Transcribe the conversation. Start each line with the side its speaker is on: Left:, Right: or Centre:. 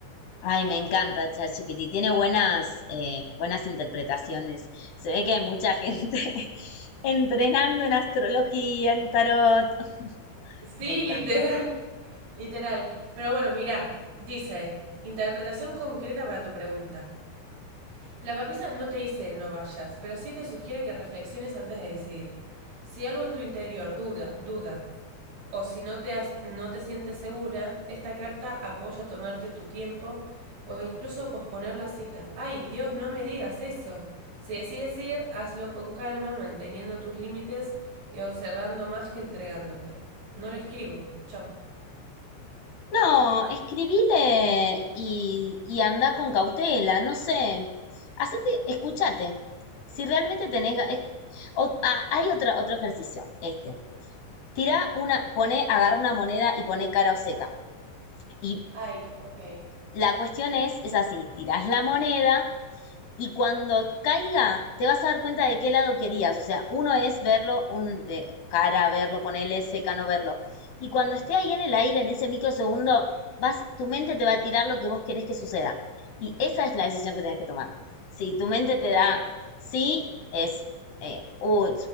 Left: Ay, me encanta ChatGPT. Tiene buenas, eh, buenas interpretaciones. Se ve que hay mucha gente <laughs> entrenando en astrología, en tarot. <laughs>
Right: Sí,
Left: Me encanta.
Right: literal, <laughs> literal. Pero bueno, mira, dice, interpretación concreta para tu pregunta. La papisa no te dice no vayas, pero sí te sugiere que reflexiones antes de decidir. Si algo en tu interior duda, duda, o si no te, has- no te sientes segura, esta carta apoya tomarte tu tiempo o incluso posponer la cita. Ay, Dios, no me digas eso. Si decides ir, hazlo con calma, manteniendo tus límites y observando más que entregándote. No le escribo. Chau.
Left: No, escribile y, y anda con cautela, no sé. Hacete, escúchate. Si realmente tenés... ga- es- o- ah, hay otra, otro ejercicio, este. Tira una, pone, agarra una moneda y pone cara o seca. Y
Right: Ay, ok.
Left: la cuestión es, es así, tirás la moneda Y cuando caiga, te vas a dar cuenta de qué lado querías. O sea, uno es verlo, un de cara, verlo, ponerle seca, no verlo. Y cuando esté ahí en el aire, en ese microsegundo, vas, tu mente te va a tirar lo que vos querés que suceda. Y esa es la decisión que tenés que tomar. Si tu mente
Right: Ok.
Left: te da sí, es, eh, uh,